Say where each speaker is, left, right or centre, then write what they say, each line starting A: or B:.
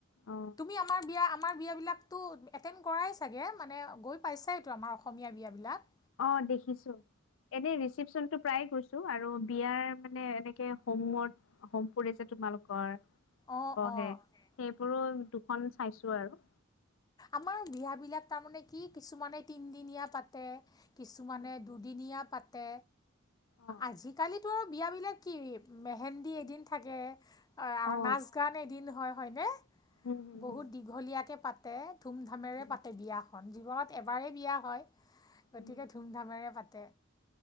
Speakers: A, on the left; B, on the left.
A: অ
B: তুমি আমাৰ বিয়া আমাৰ বিয়া বিলাক এতেম কৰাই চাগে মানে গৈ পাইছাইতো আমাৰ অসমী বিয়াবিলাক
A: অ দেখিছো এনে ৰিচিপচনতটো প্ৰায়ে গৈছো আৰু বিয়াৰ মানে এনেকে হোমত হোম পৰি যে তোমালোকৰ
B: অঁ
A: বহে
B: অঁ অঁ
A: সেইবোৰো দুখন চাইছো আৰু
B: আমাৰ বিয় বিলাক তাৰমানে কি কিছুমানে তিনদিনীয়া পাতে কিছুমানে
A: উম
B: দুদিনীয়া পাতে
A: অ
B: আজিকালি টো আৰু বিয়াবিলাক কি মেহেন্দি এদিন থাকে
A: অ
B: নাচ গান এদিন হয় হয়নে
A: উম উম
B: বহুত
A: উম
B: দীঘলীয়াকে পাতে ধুম ধামেৰে
A: উম
B: পাতে বিয়াখন যগত এবাৰেই বিয়া হয় গতিকে
A: উম
B: ধুমধামেৰে পাতে